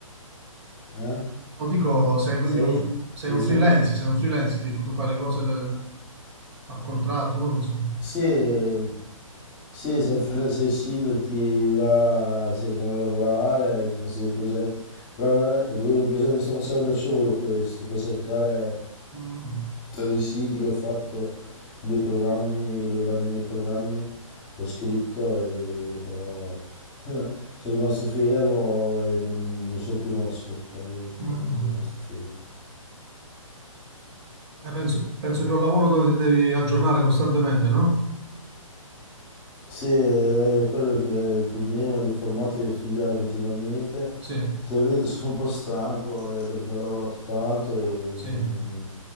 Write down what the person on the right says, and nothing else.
No, dico, sei quindi
un, sei
un
freelance, sei un freelance, tipo, tu fai le cose le- a contratto, come funziona?
Mm,
mm.
Eh, penso, penso che è un lavoro dove ti devi aggiornare costantemente, no?
Sì,
sì,